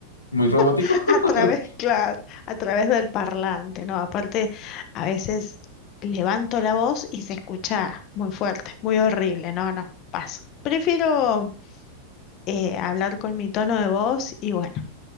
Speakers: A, on the left (about 80°); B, on the left (about 35°).
A: Muy robótico.
B: <laughs>
A: <laughs>
B: a través, claro, a través del parlante, ¿no? Aparte, a veces levanto la voz y se escucha muy fuerte, muy horrible. No, no, paso. Prefiero eh, hablar con mi tono de voz y bueno.